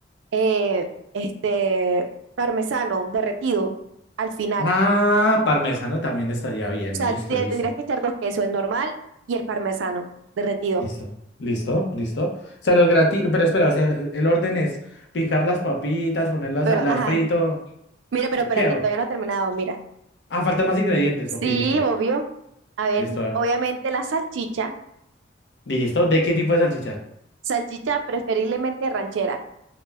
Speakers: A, on the right; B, on the left.
A: eh, este parmesano derretido al final.
B: Ah, parmesano también estaría bien.
A: O sea,
B: Listo,
A: te-
B: listo,
A: tendrías que echar dos quesos, el normal y el parmesano derretido.
B: listo, listo, listo. O sea, los gratis, pero espera, o sea, el el orden es picar las papitas, ponerlas,
A: Pero,
B: a- las
A: ajá,
B: frito.
A: mira, pero
B: ¿o
A: espérate,
B: ¿Qué hago?
A: todavía no he terminado, mira.
B: Ah, faltan más ingredientes.
A: Sí,
B: Ok, listo,
A: obvio. A ver,
B: listo, a ver.
A: obviamente la salchicha,
B: listo. ¿De qué tipo de salchicha?
A: salchicha preferiblemente ranchera.